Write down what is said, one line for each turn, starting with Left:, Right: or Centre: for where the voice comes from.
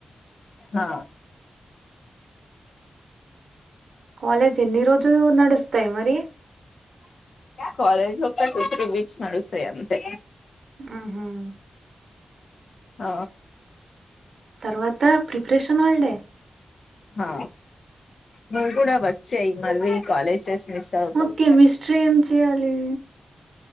Left: ఆ
Right: కాలేజ్ ఎన్ని రోజులు నడుస్తాయి మరి
Left: కాలేజ్ లో ఒకేసారి టూ త్రీ వీక్స్ నడుస్తాయి అంతే
Right: మ్ హూమ్
Left: ఓ
Right: తర్వాత ప్రిపరేషన్ హల్ డే
Left: ఆ నువ్వు కూడా వచ్చేయి మల్లి కాలేజ్ డేస్ మిస్ అవుతావు
Right: ఓకే మిస్ట్రీ ఏం చేయాలి